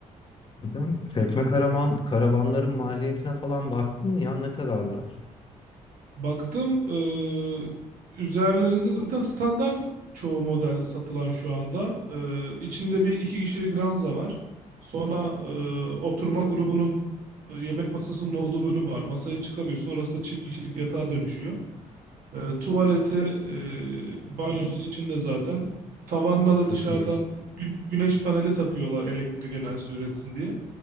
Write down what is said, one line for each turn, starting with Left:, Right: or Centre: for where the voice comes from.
Left: Hocam çekme karavan, karavanların maliyetine falan baktın mı ya ne kadarlar?
Right: Baktım ee, üzerlerinde zaten standart çoğu model satılan şu anda. Ee, içinde bir iki kişilik ranza var. Sonra ee, oturma grubunun e, yemek masasının olduğu bölüm var. Masayı çıkarıyorsun orası da çift kişilik yatağa dönüşüyor. E, tuvaleti, e, banyosu içinde zaten. Tavanına da
Left: Çok
Right: dışarıdan
Left: iyi.
Right: gü- güneş paneli takıyorlar elektrik enerjisi üretsin diye.